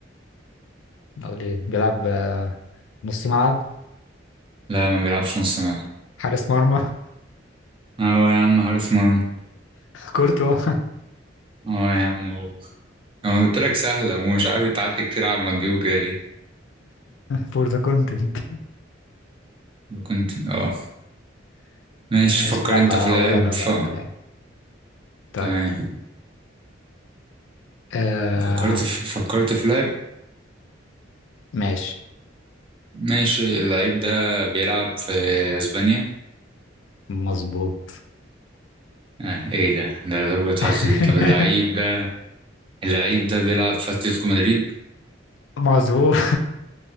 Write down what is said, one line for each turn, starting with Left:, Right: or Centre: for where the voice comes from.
Left: اقول ايه بيلعب آه، نص ملعب
Right: لا ما بيلعبش نص ملعب
Left: حارس مرمى <laughs>
Right: اه يا عم حارس مرمى
Left: كورتوا <laughs>
Right: اه يا عم هو انا قلت لك سهلة ومش عارف انت قعدت كتير على ما تجيبه كده ليه
Left: فور ذا كونتنت
Right: كنت اه ماشي
Left: ماشي
Right: فكر
Left: يلا
Right: انت في
Left: هقول
Right: لاعب
Left: انا بقى
Right: ف...
Left: على لاعب طيب
Right: تمام
Left: آه
Right: فكرت في... فكرت في لاعب
Left: ماشي
Right: ماشي اللعيب ده بيلعب في اسبانيا
Left: مظبوط
Right: آه ايه ده ده ضربة حظ
Left: <laughs>
Right: دي طب اللعيب ده اللعيب ده بيلعب في اتلتيكو مدريد
Left: مظبوط